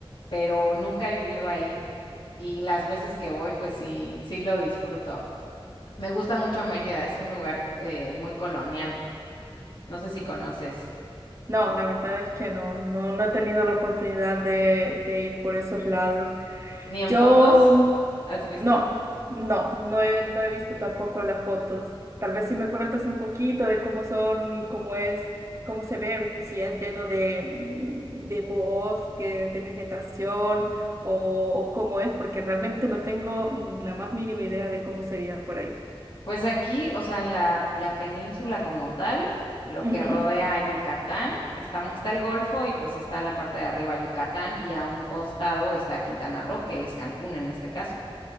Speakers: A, on the left (about 60°); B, on the right (about 30°).
A: pero nunca he vivido ahí. Y las veces que voy, pues sí, sí lo disfruto. Me gusta mucho Mérida, es un lugar eh, muy colonial. No sé si conoces.
B: No, la verdad es que no, no, no he tenido la oportunidad de, de ir por esos lados.
A: Ni en
B: Yo
A: fotos, ¿has visto?
B: No, no, no he, no he visto tampoco las fotos. Tal vez si me cuentas un poquito de cómo son, cómo es, cómo se ve, si es lleno de, mm, de bosques, de vegetación o, o cómo es, porque realmente no tengo mm, la más mínima idea de cómo sería por ahí.
A: Pues aquí, o sea, en la, la península como tal, lo
B: Ujú,
A: que rodea a Yucatán, está, está el Golfo y pues está en la parte de arriba Yucatán y a un costado está Quintana Roo, que es Cancún en este caso.